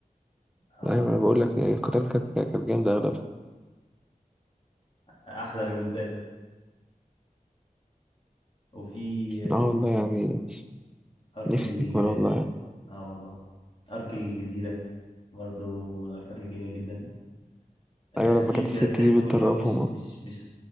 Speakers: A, on the left; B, in the centre.
A: آه
B: أيوة أنا بقول لك يعني القطارات كانت كانت جامدة أغلبها
A: احلى ريمونتاد وفي
B: اه والله يعني
A: آه، ارك
B: نفسي
A: ال
B: يكمل والله يعني.
A: اه والله ارك الجزيره برضو من الاركات الجميله جدا آه،
B: أيوة
A: خفيف
B: لما كانت
A: كده
B: الست
A: تحسه
B: دي بتدربهم
A: اللي هو مش مش مش